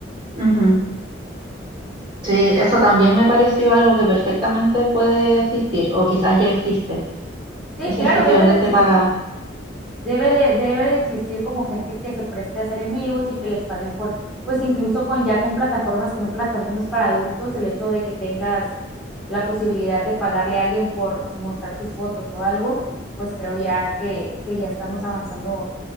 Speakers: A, on the right; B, in the centre.
A: Ujú. Sí, eso también me pareció algo que perfectamente puede existir, o quizás ya existe.
B: Sí,
A: Ese
B: claro,
A: sitio
B: debe
A: donde
B: de existir.
A: te pagaban.
B: Debe de, debe de existir como gente que se preste a hacer en vivos y que les paguen por, pues incluso con ya con plataformas que son plataformas para adultos, el hecho de que tengas la posibilidad de pagarle a alguien por mostrar sus fotos o algo, pues creo ya que, que ya estamos avanzando,